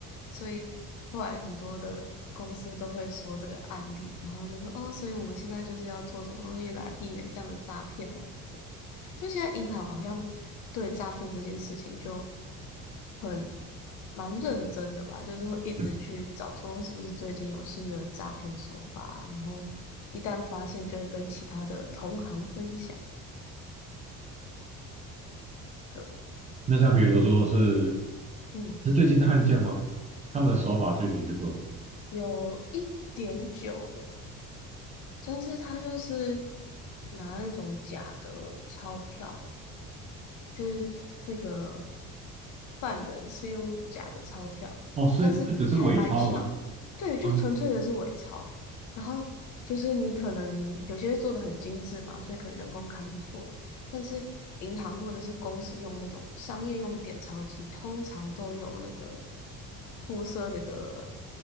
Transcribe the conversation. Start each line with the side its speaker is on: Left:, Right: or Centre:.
Left: 所以后来很多的公司都会说这个案例，然后就说哦，所以我们现在就是要做什么东西来避免这样的诈骗啊之类的。就现在银行好像对诈骗这件事情就。很。蛮认真的吧，就是会一直去找说是不是最近有新的诈骗手法，
Right: 嗯，
Left: 然后一旦发现就会跟其他的同行分享，对，
Right: 那像比如说是
Left: 然后嗯，
Right: 是最近的案件吗？他们的手法具体是做什么？
Left: 有一点久了，但是他就是拿那种假的钞票，就是那个犯人是用假的钞票，
Right: 哦，所以这只是伪钞额
Left: 但是还蛮像的。对，就纯粹的是伪钞。
Right: 啊，
Left: 然后就是你可能有些做的很精致嘛，所以可能人工看不出来。但是银行或者是公司用那种商业用点钞机，通常都有那个附设那个